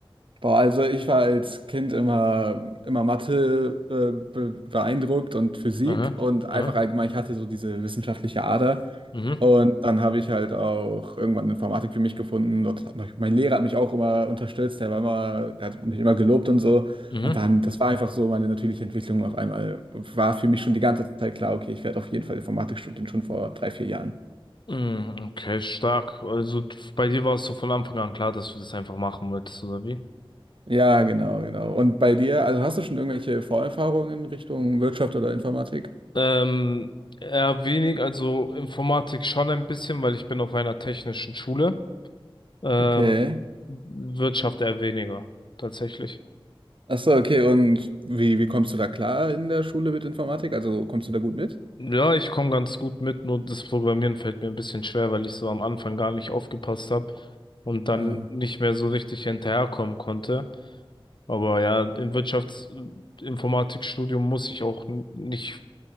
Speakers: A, on the right; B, on the left.
A: Boah, also ich war als Kind immer, immer Mathe äh, be beeindruckt und Physik
B: Aha,
A: und einfach
B: aha,
A: allgemein, ich hatte so diese wissenschaftliche Ader.
B: mhm,
A: Und dann habe ich halt auch irgendwann Informatik für mich gefunden. Dort hat mich, mein Lehrer hat mich auch immer unterstützt, der war immer, der hat mich immer gelobt und so.
B: mhm.
A: Und dann, das war einfach so meine natürliche Entwicklung auf einmal. War für mich schon die ganze Zeit klar, okay, ich werde auf jeden Fall Informatik studieren, schon vor drei, vier Jahren.
B: Mm, Okay, stark. Also bei dir war es so von Anfang an klar, dass du das einfach machen wolltest, oder wie?
A: Ja, genau, genau. Und bei dir, also hast du schon irgendwelche Vorerfahrungen in Richtung Wirtschaft oder Informatik?
B: Ähm, eher wenig, also Informatik schon ein bisschen, weil ich bin auf einer technischen Schule. Ähm,
A: Okay.
B: Wirtschaft eher weniger, tatsächlich.
A: Ach so, okay. Und wie, wie kommst du da klar in der Schule mit Informatik? Also kommst du da gut mit?
B: Ja, ich komme ganz gut mit, nur das Programmieren fällt mir ein bisschen schwer, weil ich so am Anfang gar nicht aufgepasst habe und
A: Ja.
B: dann nicht mehr so richtig hinterherkommen konnte. Aber ja, im Wirtschaftsinformatikstudium muss ich auch n- nicht